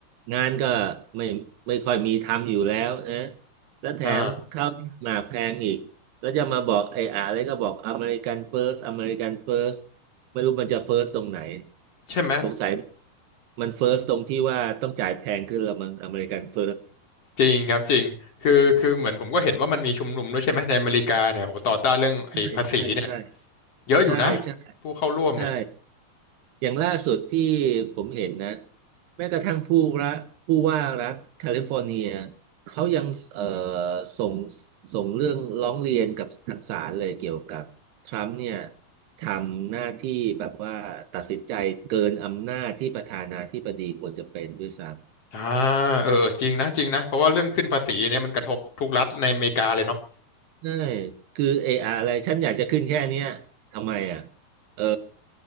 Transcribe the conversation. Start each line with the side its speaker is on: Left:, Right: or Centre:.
Right: งานก็ไม่ไม่ค่อยมีทำอยู่แล้วนะแล้วแถมข้าวยากหมากแพงอีกแล้วจะมาบอกไอ้อะไรก็บอกอเมริกันเฟิร์สอเมริกันเฟิร์ส
Left: อ่า
Right: ไม่รู้มันจะเฟิร์สตรงไหน
Left: ใช่ไหม
Right: สงสัยมันเฟิร์สตรงที่ว่าต้องจ่ายแพงขึ้นละมั้งอเมริกันเฟิร์ส
Left: จริงครับจริงคือคือเหมือนผมก็เห็นว่ามันมีชุมนุมด้วยใช่ไหมในอเมริกาเนี่ยโหต่อต้านเรื่องไอ้ภาษีเนี่ย
Right: ใช่ใช่ใช่
Left: เยอะอยู่นะ
Right: ใช่ใช่
Left: ผู้เข้าร่วมเนี่ย
Right: ใช่อย่างล่าสุดที่ผมเห็นนะแม้กระทั่งผู้รัฐผู้ว่ารัฐแคลิฟอร์เนียเขายังเอ่อส่งส่งเรื่องร้องเรียนกับทางศาลเลยเกี่ยวกับทรัมป์เนี่ยทำหน้าที่แบบว่าตัดสินใจเกินอำนาจที่ประธานาธิบดีควรจะเป็นด้วยซ้ำ
Left: อ่าเออเออจริงนะจริงนะเพราะว่าเรื่องขึ้นภาษีเนี่ยมันกระทบทุกรัฐในอเมริกาเลยเนาะ
Right: ใช่คือเอออะไรฉันอยากจะขึ้นแค่เนี้ยทำไมอ่ะเออ